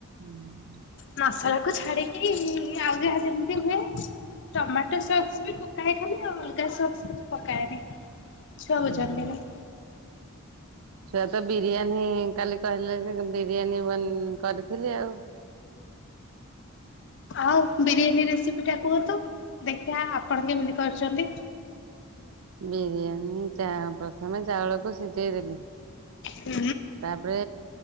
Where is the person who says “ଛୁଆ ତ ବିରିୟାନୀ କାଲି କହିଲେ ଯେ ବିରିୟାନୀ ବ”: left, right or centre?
Right